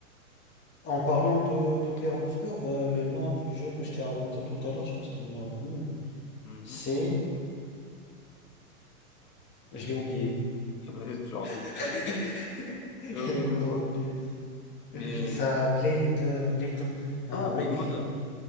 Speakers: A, on the left (about 25°); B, on the left (about 80°).
A: En parlant de, de Clair-Obscur, euh, le nom du jeu que je t'ai raconté tout à l'heure, je pense qu'il m'est revenu.
B: Mhm.
A: C'est, je l'ai oublié.
B: <laughs> tu l'as
A: <laughs>
B: oublié, tu
A: J'ai
B: l'as oublié
A: encore
B: deux fois.
A: oublié. Je-
B: Mais
A: Ça, Blade, euh, Blade. Non,
B: ah Blade
A: oublie,
B: Runner
A: oublie.